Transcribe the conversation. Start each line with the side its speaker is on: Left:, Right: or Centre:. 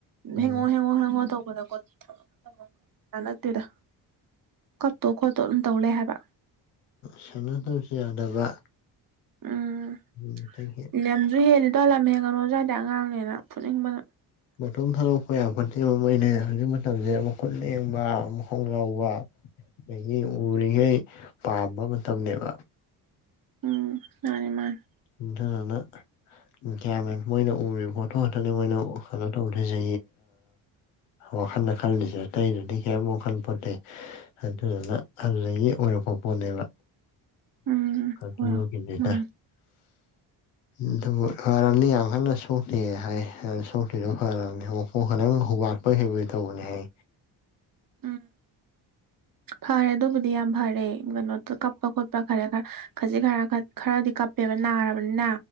Left: ꯎꯝ
Right: ꯍꯦꯡꯉꯣ ꯍꯦꯡꯉꯣ ꯍꯦꯡꯉꯣ ꯇꯧꯕꯗꯣꯀꯣ <unintelligible> ꯅꯠꯇꯦꯗ ꯀꯞꯇꯧ ꯈꯣꯠꯇꯧ ꯑꯗꯨꯝ ꯇꯧ ꯂꯩ ꯍꯥꯏꯕ
Left: ꯁꯦꯟꯅꯗꯕꯁꯨ ꯌꯥꯗꯕ
Right: ꯎꯝ
Left: ꯎꯝ <unintelligible>
Right: ꯂꯝꯁꯨ ꯍꯦꯜꯂꯤꯗꯣ ꯂꯝ ꯍꯦꯟꯒꯅꯣꯁꯨ ꯌꯥꯗꯦ ꯑꯉꯥꯡꯅꯦꯅ ꯐꯨꯅꯤꯡꯕꯅ
Left: ꯃꯇꯣꯝ ꯊꯥꯗꯣꯛꯄ ꯌꯥꯄꯣꯠꯇꯦꯕ ꯃꯣꯏꯅꯦ ꯍꯧꯖꯤꯛ ꯃꯇꯝꯁꯦ ꯃꯈꯨꯠ ꯂꯦꯡꯕ ꯃꯈꯣꯡ ꯌꯥꯎꯕ
Right: <inaudible>
Left: ꯑꯗꯒꯤ ꯎꯔꯤꯉꯩ ꯄꯥꯝꯕ ꯃꯇꯝꯅꯦꯕ
Right: ꯎꯝ ꯃꯥꯅꯦ ꯃꯥꯅꯦ
Left: ꯏꯅ ꯒꯌꯥꯃꯦꯟ ꯃꯣꯏꯅ ꯎꯔꯤꯕ ꯄꯣꯠꯇꯣ ꯈꯇꯅꯤ ꯃꯣꯏꯅ ꯀꯩꯅꯣ ꯇꯧꯗ꯭ꯣꯏꯁꯦ ꯋꯥꯈꯜꯗ ꯈꯜꯜꯂꯤꯁꯦ ꯑ ꯇꯇꯩꯩꯅꯗꯤ ꯀꯌꯥꯝ ꯋꯥꯈꯜ ꯄꯣꯠꯇꯦ ꯑꯗꯨꯗꯨꯅ ꯑꯗꯨꯗꯒꯤ ꯑꯣꯏꯔꯛꯄ ꯄꯣꯠꯅꯦꯕ
Right: ꯎꯝ
Left: ꯑꯗꯨꯒꯤꯅꯤꯗ
Right: ꯍꯔꯣ ꯃꯥꯥꯟ
Left: ꯑꯗꯨ ꯐꯔꯅꯤ ꯌꯥꯝꯈꯜꯅ ꯁꯧꯇꯦ ꯍꯥꯏ ꯁꯧꯇꯦꯗꯣ ꯐꯔꯅꯤꯣ ꯍꯂꯪ ꯍꯧꯕꯦ ꯍꯕꯣꯏ ꯍꯩꯕꯣꯏ ꯇꯧꯕꯅꯤ ꯍꯥꯏ
Right: ꯎꯝ ꯐꯔꯦ ꯑꯗꯨꯕꯨꯗꯤ ꯌꯥꯝ ꯐꯔꯦ ꯀꯩꯅꯣ ꯀꯞꯄ ꯈꯣꯠꯄ ꯈꯔꯦ ꯈꯔ ꯈꯖꯤꯛ ꯈꯔ ꯈꯔꯗꯤ ꯀꯞꯄꯦꯕ ꯅꯥꯔꯕꯅꯤꯅ